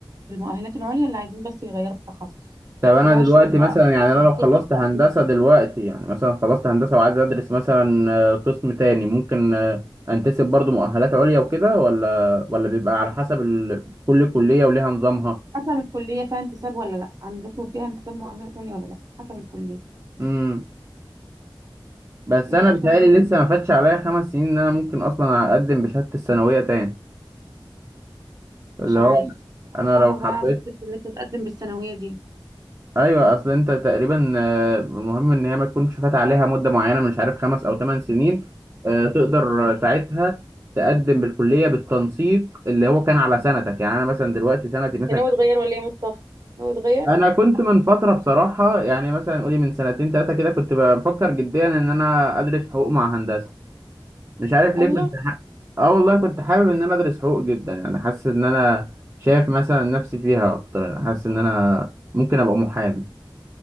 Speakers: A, on the right; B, on the right.
A: المؤهلات العليا اللي عايزين بس يغيروا التخصص
B: طب انا
A: ولها
B: دلوقتي
A: شروط بقى
B: مثلا يعني انا لو خلصت
A: شروط التقديم
B: هندسه دلوقتي يعني مثلا خلصت هندسه وعايز ادرس مثلا آه، قسم تاني ممكن آه، انتسب برضو مؤهلات عليا وكده ولا ولا بيبقى على حسب ال... كل كليه وليها نظامها
A: حسب الكلية فيها انتساب ولا لا عندكم فيها انتساب مؤهلات عليا ولا لا حسب الكلية
B: امم بس
A: يعني
B: انا بتهيألي
A: احنا عندنا
B: لسه ما فاتش عليا خمس سنين ان انا ممكن اصلا اقدم بشهاده الثانويه تاني اللي
A: مش عارف
B: هو
A: مش
B: انا
A: عارفة
B: لو حبيت
A: بقى فكرة اللي انت تقدم بالثانوية دي
B: ايوه اصل انت تقريبا آه، المهم ان هي ما تكونش فات عليها مده معينه مش عارف خمس او ثمان سنين آه، تقدر ساعتها تقدم بالكليه بالتنسيق اللي هو كان على سنتك يعني انا مثلا دلوقتي سنتي
A: انت
B: مثلا
A: ناوي
B: كانت-
A: تغير ولا ايه يا مصطفى ناوي تغير
B: انا كنت من فتره بصراحه يعني مثلا قولي من سنتين ثلاثه كده كنت بفكر جديا ان انا ادرس حقوق مع هندسه مش عارف ليه
A: الله
B: كنت ح... اه والله كنت حابب ان انا ادرس حقوق جدا يعني حاسس ان انا شايف مثلا نفسي فيها اكتر يعني حاسس ان انا ممكن ابقى محامي